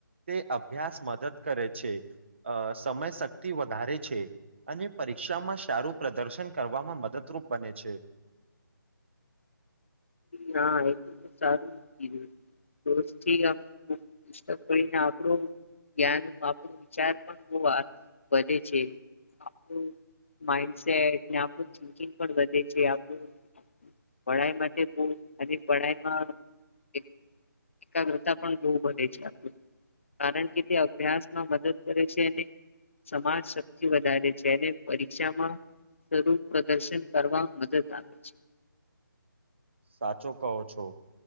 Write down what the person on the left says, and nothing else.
ના એ સાચુ કીધું, રોજથી પુતક પને આપણું જ્ઞાન, આપણો વિચાર પણ બો આ વધે છે. આપણ માઇન્ડસેટ ને આપણું થિન્કિંગ પણ વધે છે, આપણું પડાઈમાં કે તું આની પડાઈમાં એક એકાગ્રતા પણ બહુ વધે છે આપણી કારણ કે તે અભ્યાસમાં મદદ કરે છે અને સમાજ શક્તિ વધારે છે. અને પરીક્ષામાં સ્વરૂપ પ્રદર્શન કરવા મદદ આપે છે.